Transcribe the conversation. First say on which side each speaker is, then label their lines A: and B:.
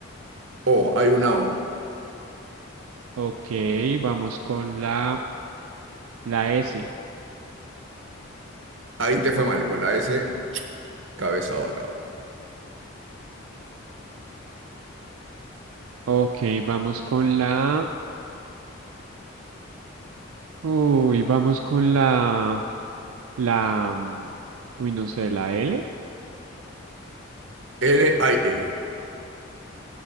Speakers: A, on the right; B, on the right.
A: O, hay una O.
B: Ok, vamos con la, la S.
A: Ahí te fue mal. Con la S, cabeza de ahorcado.
B: Ok, vamos con la... Uy, vamos con la... La... mm, Uy, no sé, la L.
A: L, hay L.